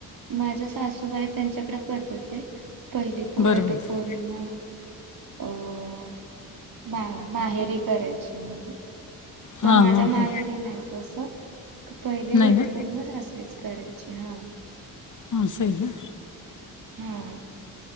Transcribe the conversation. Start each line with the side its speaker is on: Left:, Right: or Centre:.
Right: माझ्या सासूबाई त्यांच्याकडे पद्धत आहे पहिली वट
Left: बरोबर
Right: पौर्णिमा अं मा माहेरी करायची मला पण
Left: हां
Right: माझ्या
Left: हां
Right: माहेर
Left: हां
Right: नाही तसं पहिली
Left: नाही
Right: वाट
Left: का
Right: पौर्णिमा मग सासरी करायची हा
Left: ह अस आहे ना
Right: हं